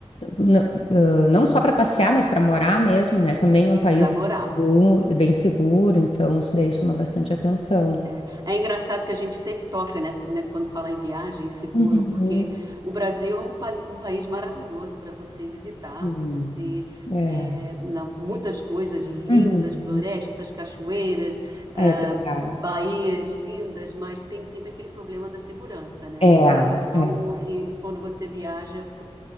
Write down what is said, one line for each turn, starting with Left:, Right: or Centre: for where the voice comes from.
Left: não, ah, não só para passear, mas para morar mesmo, né? Também é um país
Right: para morar.
Left: bem seguro, bem seguro, então isso daí chama bastante atenção.
Right: É. É engraçado que a gente sempre toca nessa, né, quando fala em viagem seguro,
Left: Uhum.
Right: porque o Brasil é um, pali- um país maravilhoso para você visitar,
Left: Hum.
Right: para você
Left: É.
Right: é, na- muitas coisas lindas,
Left: Uhum.
Right: florestas, cachoeiras,
Left: É
Right: ah,
Left: verdade.
Right: baías lindas, mas tem sempre aquele problema da segurança, né?
Left: É,
Right: Então,
Left: é.
Right: e- e quando você viaja